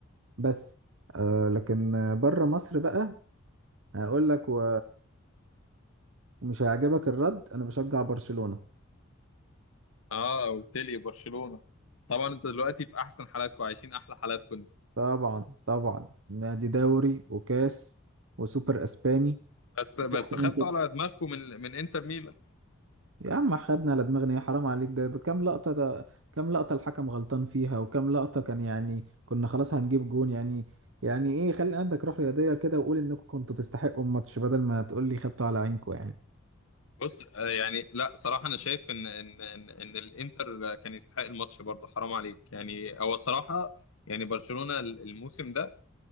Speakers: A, on the right; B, on the left.
A: بس آه لكن بره مصر بقى هقول لك و... ومش هيعجبك الرد انا بشجع برشلونة
B: اه قلت لي برشلونة طبعا انت دلوقتي في احسن حالاتكم عايشين احلى حالاتكم انتوا.
A: طبعا طبعا نادي دوري وكاس وسوبر اسباني
B: بس بس
A: مش احلى
B: خدتوا
A: من كده
B: على دماغكم من من انتر ميلان
A: يا عم خدنا على دماغنا يا حرام عليك ده, ده كام لقطة ده كام لقطة الحكم غلطان فيها وكام لقطة كان يعني كنا خلاص هنجيب جون يعني يعني ايه خلي عندك روح رياضية كده وقول انكم كنتوا تستحقوا الماتش بدل ما تقول لي خدتوا على عينكم يعني
B: بص آه، يعني لا صراحة انا شايف ان ان ان, إن الانتر كان يستحق الماتش برضه حرام عليك يعني هو صراحة يعني برشلونة الموسم ده